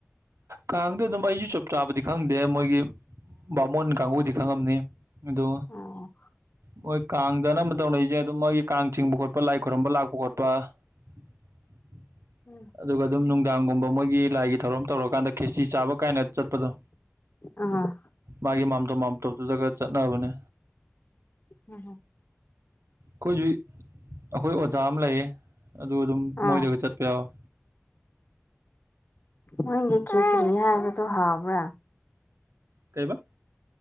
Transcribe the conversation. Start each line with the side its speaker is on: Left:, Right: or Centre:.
Right: ꯀꯥꯡꯗ ꯑꯗꯨꯝ ꯑꯩꯖꯨ ꯆꯞ ꯆꯥꯕꯗꯤ ꯈꯪꯗꯦ ꯃꯣꯏꯒꯤ ꯕꯥꯃꯣꯟ ꯀꯥꯡꯕꯨꯗꯤ ꯈꯪꯉꯝꯅꯤ ꯑꯗꯨ
Left: ꯑꯣ
Right: ꯃꯣꯏ ꯀꯥꯡꯗ ꯑꯅꯝꯕ ꯇꯧꯅꯔꯤꯖꯦ ꯑꯗꯨꯝ ꯃꯣꯏꯒꯤ ꯀꯥꯡ ꯆꯤꯡꯕ ꯈꯣꯠꯄ ꯂꯥꯏꯔꯤꯛ ꯀꯔꯝꯕ ꯂꯥꯛꯄ ꯈꯣꯠꯄ <inaudible>
Left: <unintelligible>
Right: ꯑꯗꯨꯒ ꯑꯗꯨꯝ ꯅꯨꯡꯗꯥꯡꯒꯨꯝꯕ ꯃꯣꯏꯒꯤ ꯂꯥꯏꯒꯤ ꯊꯧꯔꯝ ꯇꯧꯔꯀꯥꯟꯗ ꯈꯦꯆ꯭ꯔꯤ ꯆꯥꯕ ꯀꯥꯏꯅ ꯆꯠꯄꯗꯣ
Left: ꯑꯥ
Right: ꯃꯥꯒꯤ ꯃꯥꯝꯇꯣꯞ ꯃꯥꯝꯇꯣꯞꯇꯨꯗꯒ ꯆꯠꯅꯕꯅꯦ
Left: ꯎꯝ ꯍꯝ
Right: ꯑꯈꯣꯏꯖꯨ ꯑꯈꯣꯏ ꯑꯣꯖꯥ ꯑꯃ ꯂꯩꯌꯦ ꯑꯗꯨ ꯑꯗꯨꯝ ꯃꯣꯏꯗꯒ
Left: ꯑꯥ
Right: ꯆꯠꯄ ꯌꯥꯎꯋꯦ
Left: ꯅꯣꯏꯒꯤ ꯈꯦꯆ꯭ꯔꯤꯅꯤ ꯍꯥꯏꯕꯗꯣ ꯍꯥꯎꯕ꯭ꯔꯥ
Right: ꯀꯩꯕꯥ